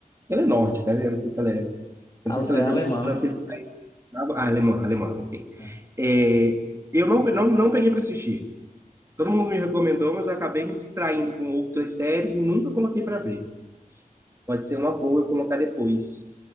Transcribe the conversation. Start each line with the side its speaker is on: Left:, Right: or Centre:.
Right: Ela é nórdica, né? Eu não sei se ela é. Eu
Left: A-
Right: não sei se ela
Left: É
Right: é de
Left: alemã.
Right: algum daqueles.
Left: É.
Right: Ah, alemã, alemã, ok.
Left: é.
Right: É, eu não, não, não peguei para assistir. Todo mundo me recomendou, mas eu acabei me distraindo com outras séries e nunca coloquei para ver. Pode ser uma boa eu colocar depois.